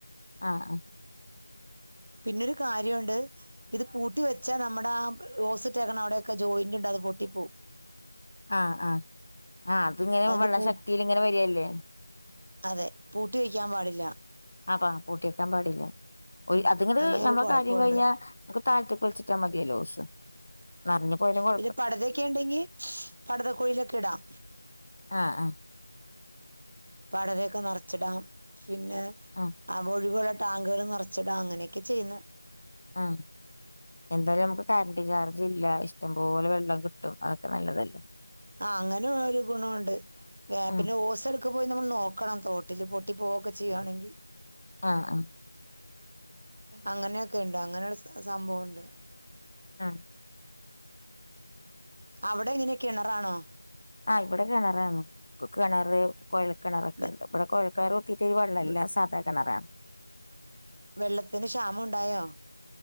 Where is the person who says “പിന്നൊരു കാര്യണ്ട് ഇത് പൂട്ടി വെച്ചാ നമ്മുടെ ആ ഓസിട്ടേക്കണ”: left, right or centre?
Right